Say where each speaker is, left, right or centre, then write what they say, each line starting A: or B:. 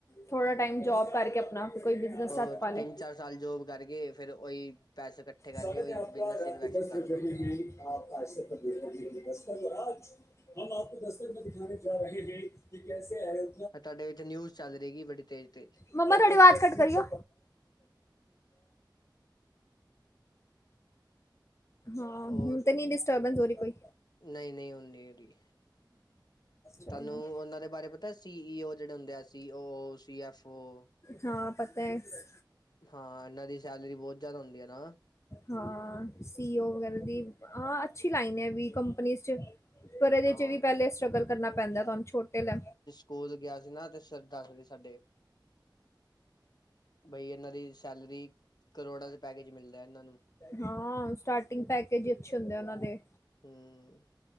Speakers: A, on the left (about 35°); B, on the left (about 60°).
A: ਥੋੜਾ ਟਾਈਮ ਜੋਬ ਕਰਕੇ ਆਪਣਾ ਕੋਈ ਬਿਜਨਸ
B: ਹੋਰ
A: ਹੱਥ ਪਾ ਲੈ।
B: ਤਿੰਨ ਚਾਰ ਸਾਲ ਜੋਬ ਕਰਕੇ ਫਿਰ ਉਹੀ ਪੈਸੇ ਇਕੱਠੇ ਕਰਕੇ
A: ਸਾਾਰੇ
B: ਉਹੀ
A: ਆਪ ਕ
B: ਬਿਜਨਸ
A: ਰਾਤ
B: ਇਨਵੈਸਟ
A: ਦਸ
B: ਕਰ
A: ਬਜ
B: ਦੋ
A: ਗਏ ਹੈ <unintelligible> <unintelligible> ਦਸਤਕ ਮੇ ਦਿਖਾਣੇ ਜਾ ਰਹੇ ਹੈਂ ਕਿ ਕੈੇਸੇ ਆਏਂ।
B: ਐ ਤਾਡੇ ਵਿੱਚ ਨਿਊਜ਼ ਚੱਲ ਰੇਗੀ ਬੜੀ ਤੇਜ ਤੇਜ।
A: ਮਮਾਂ ਥੋੜੀ ਵਾਜ ਘੱਟ ਕਰੀਓ। ਹਾਂ
B: ਔਰ
A: ਹੁਣ ਤੇ ਨਹੀਂ ਡਿਸਟਰਬੈਂਸ ਹੋ ਰਹੀ ਕੋਈ
B: ਨਈ ਨਈ ਹੁਣ ਨੀ ਔਰੀ।
A: ਚਲੋ
B: ਤਾਨੂੰ ਓਨਾਂ ਦੇ ਬਾਰੇ ਪਤਾ ਸੀ ਈ ਓ ਜਿਹੜਾ ਹੁੰਦੇ ਆ ਸੀ ਈ ਓ, ਸੀ ਐਫ ਓ।
A: ਹਾਂ ਪਤਾ ਹੈ
B: ਹਾਂ ਇਨਾਂ ਦੀ ਸੈਲਰੀ ਬੋਤ ਜਾਦਾ ਹੁੰਦੀ ਐ ਨਾ।
A: ਹਾਂ ਸੀ ਓ ਵਗੈਰਾ ਦੀ ਆਂ ਅੱਛੀ ਲਾਈਨ ਏ ਵੀ ਕੰਪਨੀਸ ਚ। ਪਰ ਏ ਦੇ
B: ਹਾਂ
A: ਚ ਵੀ ਪੇਲੇ ਸਟਰਗਲ ਕਰਨਾ ਪੈਂਦਾ ਤਾਨੂੰ ਛੋਟੇ ਲੈ
B: ਕੋਲ ਗਿਆ ਸੀ ਨਾ ਤੇ ਸਰ ਟਾਂਗਰੇ ਸਾਡੇ ਬਈ ਇਨਾਂ ਦੀ ਸੈਲਰੀ ਕਰੋੜਾਂ ਦੇ ਪੈਕੇਜ ਮਿਲਦਾ ਇਨਾਂ ਨੂੰ।
A: ਹਾਂ ਸਟਾਰਟਿੰਗ ਪੈਕੇਜ ਈ ਅੱਛੇ ਹੁੰਦੇ ਉਨਾਂ ਦੇ।
B: ਹੁੰ।